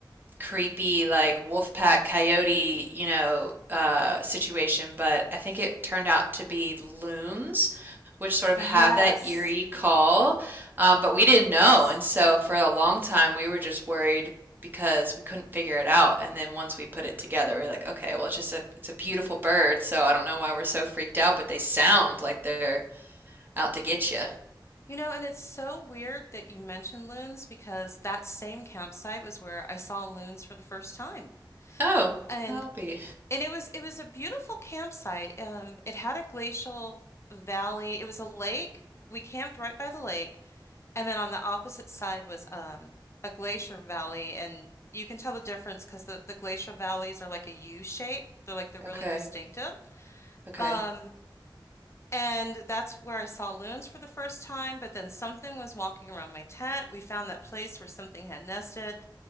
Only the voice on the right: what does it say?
creepy like wolf pack coyote, you know, uh, situation, but I think it turned out to be loons, which sort of
have that eerie call. Um, but we didn't know,
and so for a long time we were just worried because we couldn't figure it out. And then once we put it together, we we're like, okay, well, it's just a it's a beautiful bird, so I don't know why we're so freaked out, but they sound like they're out to get you.
Oh,
I'll be
okay,
okay.